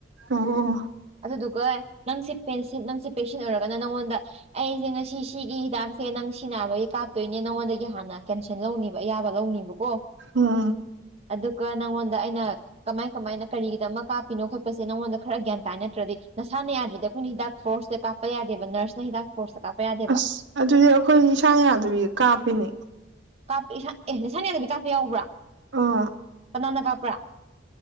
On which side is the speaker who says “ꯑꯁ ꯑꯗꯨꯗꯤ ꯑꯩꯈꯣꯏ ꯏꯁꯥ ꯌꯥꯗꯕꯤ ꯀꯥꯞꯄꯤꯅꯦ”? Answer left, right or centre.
Right